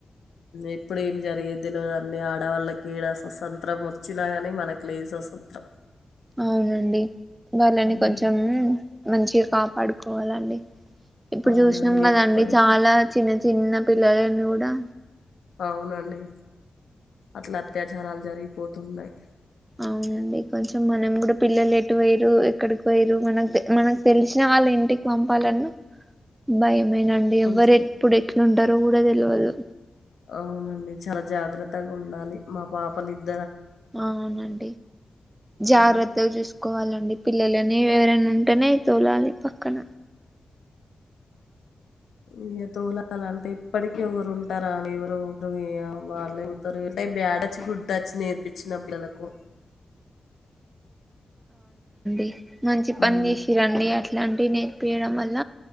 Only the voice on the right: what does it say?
అవునండి వాళ్ళని
కొంచెం మంచి కాపాడుకోవాలండి ఇప్పుడు
చూసినాం కదండి
చాలా చిన్న చిన్న పిల్లలన్నీ కూడా
అవునండి కొంచెం మనం కూడా పిల్లలు ఎటు పొయ్యిర్రు ఎక్కడికి పోయరు మనకు మనకు తెలిసిన వాళ్ళు ఇంటికి పంపాలన్నా భయం మే నండి
ఎవ్వరు ఎప్పుడు ఎట్లు ఉంటారో కూడా ల వాళ్ళు
అవునండి జాగ్రత్తగా
చూసుకోవాలండి పిల్లలని ఎవరైనా ఉంటేనే తోలాలి పక్కన
ఇ మంచి పని
చేసిరండి అట్లాంటి నే వేయడం వల్ల